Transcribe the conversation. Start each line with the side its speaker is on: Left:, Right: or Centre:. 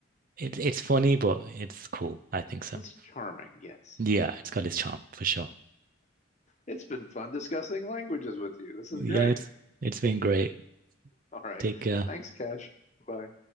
Right: it, it's funny, but it's cool. I think so.
Left: It's charming, yes.
Right: Yeah, it's got its charm for sure.
Left: It's been fun discussing languages with you. This is
Right: Yeah,
Left: great.
Right: it's it's been great.
Left: All right.
Right: Take care.
Left: Thanks, Cash. Bye.